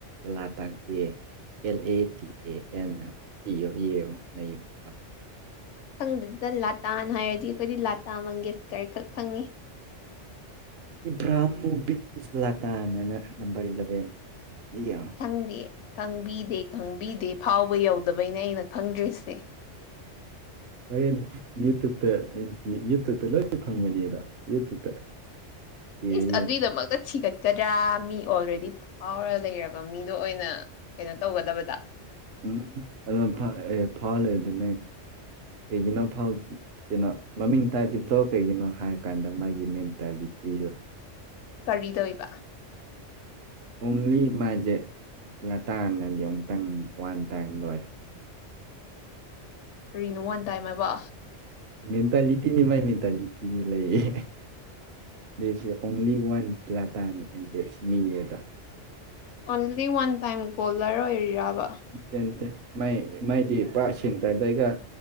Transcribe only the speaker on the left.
ꯈꯪꯗꯦꯗ ꯂꯥꯇꯥꯟ ꯍꯥꯏꯔꯗꯤ ꯑꯩꯈꯣꯏꯗꯤ ꯂꯥꯇꯥ ꯃꯪꯒꯦꯁꯀꯔ ꯈꯛ ꯈꯪꯉꯤ
ꯈꯪꯗꯦ ꯈꯪꯕꯤꯗꯦ ꯈꯪꯕꯤꯗꯦ ꯐꯥꯎꯕ ꯌꯧꯗꯕꯩꯩꯅ ꯑꯩꯅ ꯈꯪꯗ꯭ꯔꯤꯁꯦ <inaudible>
ꯏꯁ
ꯑꯗꯨꯏꯗꯃꯛꯇ ꯊꯤꯒꯠ ꯗ꯭ꯔꯥ ꯃꯤ ꯑꯣꯜꯔꯦꯗꯤ ꯐꯥꯎꯔ ꯂꯩꯔꯕ ꯃꯤꯗꯣ ꯑꯣꯏꯅ ꯀꯩꯅꯣ ꯇꯧꯒꯗꯕꯗ
ꯀꯔꯤꯗꯣꯏꯕ
ꯀꯔꯤꯅꯣ ꯋꯥꯟ ꯇꯥꯏꯝ ꯍꯥꯏꯕꯨ
ꯑꯣꯟꯂꯤ ꯋꯥꯟ ꯇꯥꯏꯝ ꯒꯣꯜꯂꯔ ꯑꯣꯏꯔꯤꯔꯕ